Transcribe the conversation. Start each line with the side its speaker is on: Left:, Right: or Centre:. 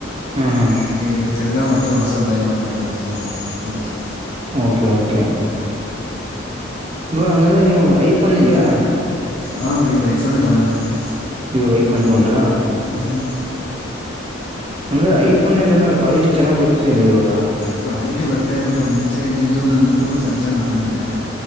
Right: ಹಾ ಹಾ
Left: <unintelligible> ತಿರ್ಗಾ ಮತ್ತೊಂದು ಹೊಸದು ಬೈ ಮಾಡ್ಕೊಂಡೆ ಬ್ರೋ ಫೋನು ಅದಕ್ಕೆ
Right: ಓಕೆ ಓಕೆ. ಬ್ರೋ ಹಂಗಂದ್ರೆ ನೀವು ಐಫೋನ್ ಇದೆಯಾ.
Left: ಹಾ ಬರ ಈ ಗಐಫನ್ನೆ ತಾೊಂಡಿರು್ದ ಬರ
Right: ಇವಾಗ ಐಫ್ ಅನ್ ತಗೋೊಂಡ್ರಾ
Left: ಹ್ಮ್
Right: ಅಂದ್ರೆ ಐಫೋನ್ಲ್ಲ ಕ್ವಾಲಿಟಿ ಚೆಾಗ್ ಬರ್ತತಿ ಅಲ್ಲ ಇವಾಗ
Left: ಕ್ವಾಲಿಟಿ ಬರ್ತಾಿದೆ ಬ್ರಾ ಮುಂಚೆ ಇದ್ದಿದ್ದು ನಂದು ಸ್ಯಾಮ್ಸಂಗ್ ಹಡ್ಕೊಂಡಿದ್ದೆ